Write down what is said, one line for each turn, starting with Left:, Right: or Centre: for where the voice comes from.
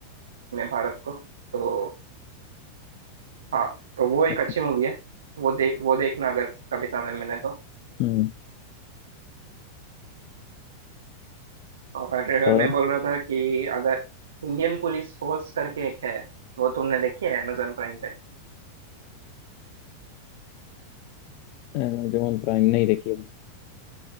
Right: अपने भारत को तो हाँ तो वो एक
Left: अच्छा
Right: अच्छी मूवी है वो दे वो देखना अगर कभी समय मिले तो
Left: हम्म
Right: और
Left: और
Right: मैं बोल रहा था कि अगर इंडियन पुलिस फोर्स करके एक है वो तुमने देखी है अमेजोन प्राइम पे
Left: अमेजोन प्राइम नहीं देखी अभी